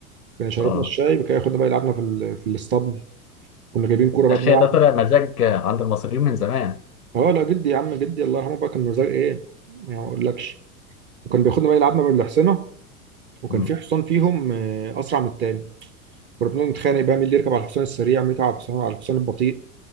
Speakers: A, on the right; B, on the left.
A: كان شربنا
B: اه
A: الشاي بقى ياخدنا بقى يلعبنا في ال... في الاسطبل كنا جايبين كورة بقى
B: المشاية
A: بنلعب
B: ده طلع مزاج عند المصريين من زمان
A: اه لا جدي يا عم جدي الله يرحمه بقى كان مزاج ايه يعني ما اقولكش وكان بياخدنا بقى يلعبنا بالحصنة وكان
B: مم.
A: في حصان فيهم آه، أسرع من التاني كنا بنقعد نتخانق بقى مين اللي يركب على الحصان السريع مين يركب على الحصان على الحصان البطيء